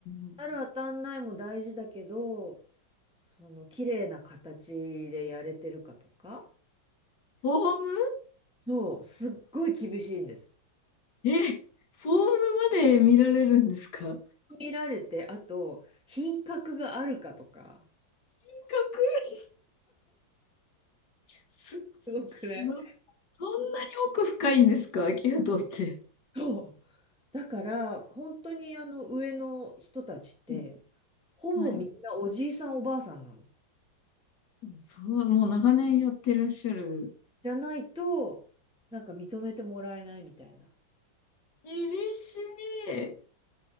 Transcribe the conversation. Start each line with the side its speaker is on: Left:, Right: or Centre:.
Left: うん。
Centre: 当たる当たんないも大事だけど、その綺麗な形でやれてるかとか、
Left: フォーム
Centre: そう、すっごい厳しいんです。
Left: え、フォームまで見られるんですかかっ
Centre: 見られて、あと、品格があるかとか、
Left: こいい。す、
Centre: すごくね。
Left: す、そんなに奥深いんですかアキュって。
Centre: そう。だから、本当にあの上の人たちって、
Left: うん
Centre: ほぼみんなおじいさんおばあさんなの。
Left: はい。そう、もう長年やってらっしゃる。
Centre: じゃないと、なんか認めてもらえないみたいな。
Left: 厳しい。